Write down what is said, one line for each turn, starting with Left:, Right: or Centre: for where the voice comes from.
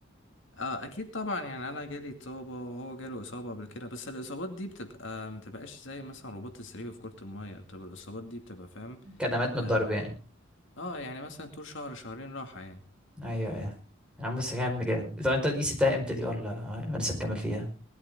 Left: اه اكيد طبعا يعني انا جالي اصابة وهو جاله اصابة قبل كده بس الاصابات دي بتبقى متبقاش زي مثلا رباط السري في كرة المية بتبقى الاصابات دي بتبقى فاهم
Centre: كدمات من
Left: اه,
Centre: الضرب يعني
Left: آه يعني مثلا طول شهر شهرين راحة يعني
Centre: ايوه ايوه يا عم بس جامد جامد طب انت دي سبتها امتى دي ولا انا لسه مكمل فيها